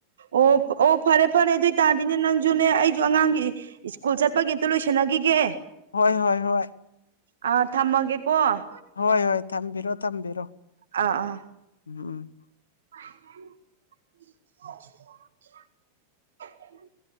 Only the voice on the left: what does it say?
ꯍꯣꯏ ꯍꯣꯏ ꯍꯣꯏ
ꯍꯣꯏ ꯍꯣꯏ ꯊꯝꯕꯤꯔꯣ ꯊꯝꯕꯤꯔꯣ
ꯎꯝ